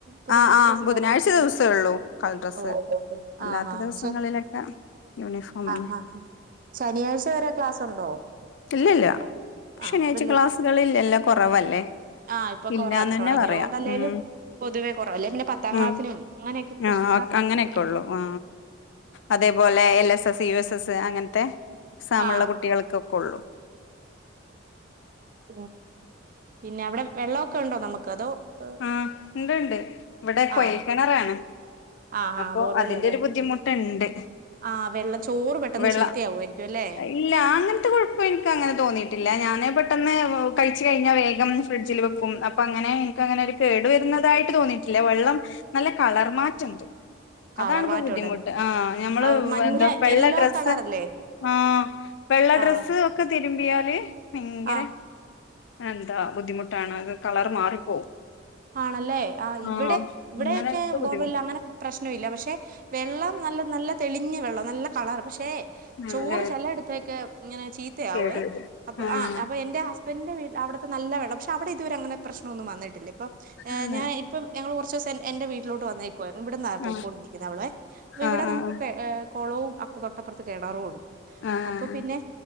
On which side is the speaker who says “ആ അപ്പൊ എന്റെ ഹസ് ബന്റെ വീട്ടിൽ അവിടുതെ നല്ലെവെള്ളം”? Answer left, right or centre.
Right